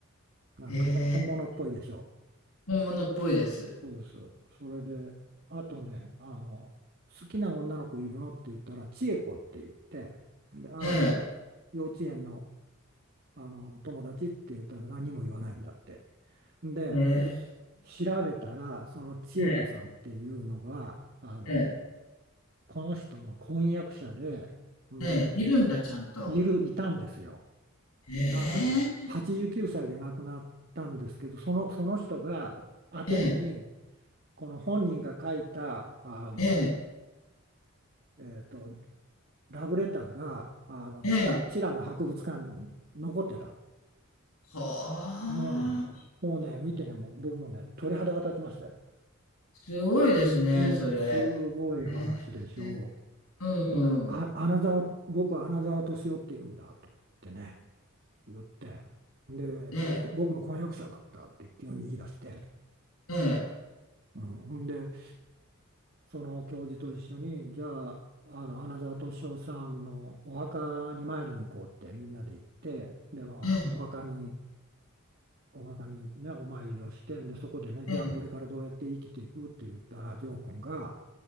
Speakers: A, on the right (about 45°); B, on the left (about 90°).
A: なんかほ本物っぽいでしょう。
B: ええ、本物っぽいです。
A: そうです。それで、あとね、あの、好きな女の子いるのって言ったら、千恵子って言って、で、ああ、
B: ええ、
A: 幼稚園の、あの友達って言ったら何も言わないんだって。で、
B: ええ、
A: 調べたら、その千恵子さんっていうのが、
B: ええ、
A: あの、
B: ええ。
A: この人の婚約者で、ほんで、
B: ええ、いるんだ、ちゃんと。
A: いる、いたんですよ。
B: ええ、
A: なんかね、89歳で亡くなったんですけど、その、その人が宛てに、
B: ええ、
A: この本人が書いた、あの、
B: ええ、
A: えーと、ラブレターが、あの、
B: ええ。
A: チラ、チラの博物館に残ってた。
B: はあ、
A: うん。もうね、見てね、もう僕もね、鳥肌が立ちましたよ。
B: すごいですね、
A: うん、
B: それ。
A: すごい話でしょ
B: ええ、えうん
A: う。もうね、あ、アナザー、僕はアナザー敏夫って言うんだと思ってね。言って、で、
B: ええ。
A: こ僕の婚約者だったって急に言い出して、
B: ええ、
A: うん、ほんで、その教授と一緒に、じゃあ、あの穴沢敏夫さんのお墓に参りに行こうってみんなで行って、で、まあ、
B: ええ、
A: お墓に、お墓にね、お参りをしてんで、そこでね、
B: ええ、
A: じゃあこれからどうやって生きていくって言ったら、ジョー君が、